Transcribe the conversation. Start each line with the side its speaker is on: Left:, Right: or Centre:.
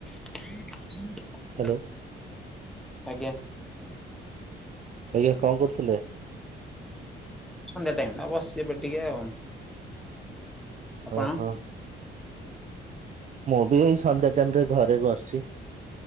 Centre: <inaudible>
Right: Hello.
Centre: ଆଜ୍ଞା।
Right: ଆଜ୍ଞା କଣ କରୁଥିଲେ?
Centre: ସନ୍ଧ୍ୟା ଟାଇମ ଟା ବସିଛି ଏବେ ଟିକେ ଆଉ। ଆପଣ?
Right: ଓ ହୋ। ମୁଁ ବି ଏଇ ସନ୍ଧ୍ୟା ଟାଇମ ରେ ଘରେ ବସିଚି।